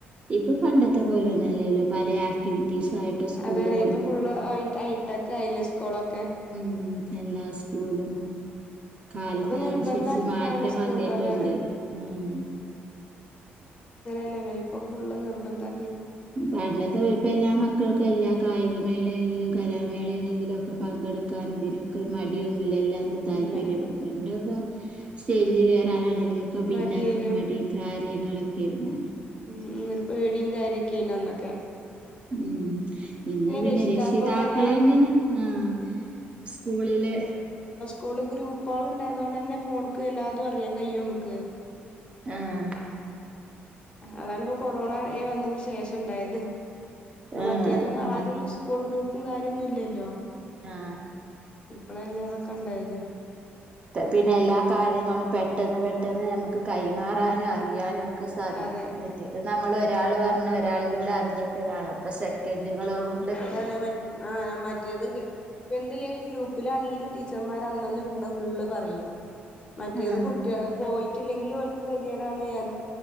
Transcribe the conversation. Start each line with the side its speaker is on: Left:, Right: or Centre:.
Right: ഇപ്പൊ പണ്ടത്തെ പോലെ ഒന്നല്ലല്ലോ പലെ ആക്ടിവി പീസായിട്ട് സ്കൂള്
Left: അതാണ്
Right: കൊട്
Left: ഇപ്പൊ ഫുള്ള് ഹൈ ഹൈട്ടക്കെ ആയില്ലേ സ്കൂളൊക്കെ.
Right: ഉം എല്ലാ സ്കൂളിലും. കാലത്തിനനുസരിച്ച്
Left: ഒക്കെ നിർബന്ധാക്കിക്കാണ്
Right: മാറ്റം
Left: സ്കൂളില്
Right: വന്നിട്ടുണ്ട്.
Left: അതാണ്
Right: ആഹ്
Left: ഇല്ലല്ല ഇപ്പൊക ഫുള്ള് നിർബന്ധാ
Right: പണ്ടത്തെ വലിപ്പ എല്ലാ മക്കൾക്കും എല്ലാ കായികമേ ളെലേലും കലാമേള ഏണെങ്കിലും ഒക്കെ പങ്കെട്ക്കാനും ഇതിനൊക്കെ ഒര്മടിയൊന്നു എല്ല എല്ലാത്തിനും താല്പര്യപ്പെടും
Left: ഇല്ല
Right: പണ്ടാെക്ക സ്റ്റേജില് കേറാനാണ് അയിലൊക്കെ
Left: മടിയേനു
Right: ബിന്നാക്കും മടീ <unintelligible> ഏങ്ങലൊക്കെ ആയിരുന്നല്ലാ
Left: <unintelligible> പേടിം കാര്യൊക്കേനന്നൊക്കെ
Right: ഉം ഇന്ന് പിന്നെ
Left: രക്ഷിതാക്കളും
Right: രക്ഷിതാക്കളന്നേണ്
Left: തന്നെ
Right: ആ സ്കൂളില്
Left: കൂളു ഗ്രൂപ്പ് പ്പോളുണ്ടായതോണ്ടന്നെ ഫോണ്ക്ക് എല്ലാതും അറിയാൻ കയ്യും ഇമക്ക്,
Right: ആഹ്
Left: അതാണ്പ്പോ കൊറോണ വന്നതിന് ശേഷം ഇണ്ടായത്.
Right: ആഹ്
Left: റ്റേതൊന്ന്
Right: ആഹ്
Left: ആദ്യൊന്നു സ്കൂൾ ഗ്രൂപ്പും കാര്യൊന്നുല്ലല്ലോ
Right: ആഹ്
Left: പ്പളല്ലേ തൊക്കെണ്ടായത്
Right: പിന്നെ എല്ലാ കാര്യങ്ങളും പെട്ടെന്ന് പെട്ടെന്ന് നമ്മക്ക് കൈമാറാനു അറിയാനൊ ക്കെ സാധിക്കും.
Left: അതെ
Right: മറ്റത് നമ്മള് ഒരാള് പർഞ്ഞ് ഒരാളിലൂടെ അറിഞ്ഞ് വേണം പ്പൊ സെക്കൻഡുകളോകൊ
Left: താണ് മ ആ മറ്റേത് കി ഇപ്പൊ എന്ത്‌ല്ലെങ്കില് ഗ്രൂപ്പിലാണെങ്കിലും ടീച്ചർമാര് അന്നന്ന്ട്ക്ണെ ഫുള്ള് പറയും മറ്റേത്
Right: ആഹ്
Left: കുട്ട്യേള് പോയിട്ടില്ലെങ്കിലോൽ ക് തിയേടാണ് എ